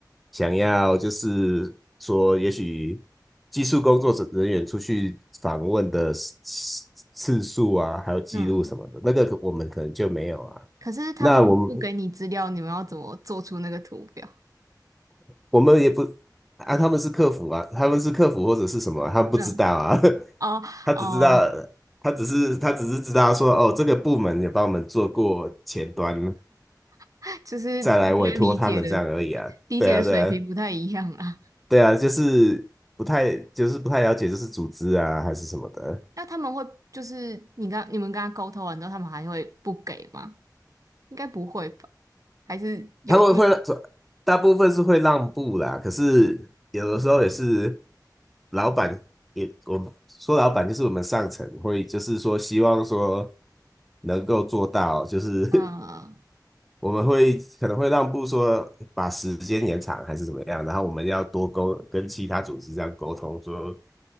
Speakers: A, in the centre; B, on the right.
A: 想要就是说，也许技术工作者人员出去访问的次次次数啊，还有记录什么的，
B: 嗯，
A: 那个可我们可能就没有啊。
B: 可是他们不给你资料，
A: 那我们
B: 你们要怎么做出那个图表？
A: 我们也不啊，他们是客服啊，他们是客服或者是什么啊，他们不知道啊，
B: 嗯，
A: <laughs>
B: 哦哦，
A: 他只知道。他只是他只是知道说，哦，这个部门也帮我们做过前端，
B: <laughs> 就是大家理解的
A: 再来委托他们这样而已啊。
B: 理解的水平不太一样啊。
A: 对啊，对啊，对啊，就是不太，就是不太了解，就是组织啊还是什么的，
B: 那他们会就是你刚你们跟他沟通完之后，他们还会不给吗？应该不会吧？还是有这种
A: 他们会大部分是会让步啦，可是有的时候也是老板也，我们说老板就是我们上层会，就是说希望说能够做到，就是
B: 嗯
A: <laughs> 我们会可能会让步说把时间延长还是怎么样，然后我们要多沟跟其他组织这样沟通说。